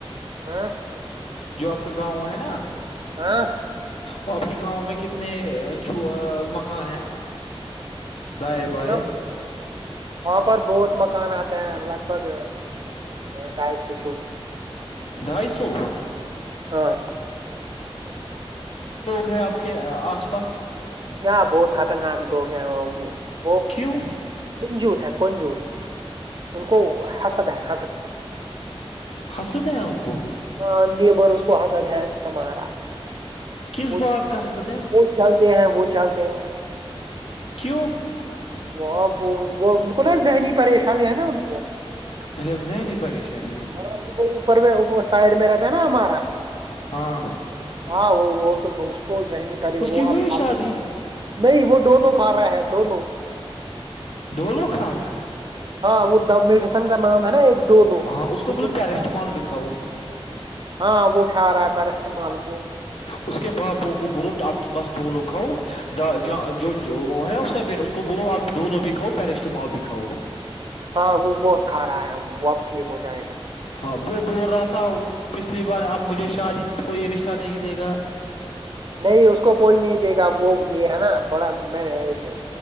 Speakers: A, on the right; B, on the left.
A: ہاں
B: جو آپ کا گاؤں ہے نا
A: ہاں
B: وہ آپ کے گاؤں میں کتنے چو مکان ہیں دائیں بائیں
A: نہ وہاں پر بہت مکان آتے ہیں لگ بھگ ڈھائی سو چولی
B: ڈھائی سو
A: ہاں
B: ہے آپ کے آس پاس
A: ہاں بہت خطرناک لوگ ہیں اور وہ
B: کیوں
A: کنجوس ہے کنجوس ان کو ہسد ہے ہسد
B: حسد ہے ان کو
A: ہاں نیبیرس کو حسد ہے ہمارا
B: کس
A: وہ
B: بات کا حسد ہے
A: وہ جلتے ہیں وہ جلتے ہیں
B: کیوں
A: وہ وہ ان کو نا ذہنی پریشانی ہے نا ان کو
B: اچھا ذہنی پریشانی ہے ان
A: ہاں
B: کو
A: اوپر میں سائڈ میں رکھ نا ہمارا
B: ہاں
A: ہاں وہ وہ تو اس کو کو ذہنی پریشانی
B: اس
A: ہے
B: کی
A: وہ آپ
B: ہوئی
A: کھاتا
B: شادی
A: ہے نہیں وہ ڈولو کھا رہا ہے ڈولو
B: ڈولو کھا رہا ہے
A: ہاں وہ د مڈیسن کا نام ہے نا ایک ڈولو وہ
B: ہاں اس کو بولے
A: وہی
B: پیرسٹامال
A: کھا رہا ہے،
B: بھی کاؤ
A: ہاں وہ کھا رہا ہے پیرسٹمال کو
B: اس کے باپو کو بولو آپ بس دو لو کھاؤ ج جو ہے نا اس کا بیٹ اس کو بولو آپ ڈولو بھی کھاؤ پیرسٹیمال بھی کاؤ
A: ہاں وہ بہت کھا رہا ہے وہ اب ٹھیک ہو جائے گا
B: ہاں وہ <unintelligible> بول رہا تھا پچھلی بار اب مجھے شادی میں کوئی رشتہ نہیں دے گا
A: نہیں اس کو کوئی نہیں دے گا وہ یہ ہے نا تھوڑا میں میں-